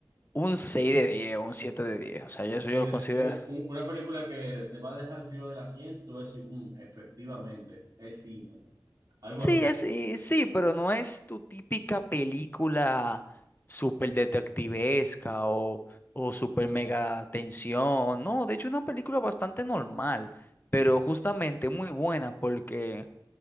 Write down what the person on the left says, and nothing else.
un 6 de 10, un 7 de 10. O sea, yo
eso
yo lo
considero.
Sí,
es, y sí, pero no es tu típica película súper detectivesca o, o súper mega tensión. No, de hecho, es una película bastante normal, pero justamente muy buena porque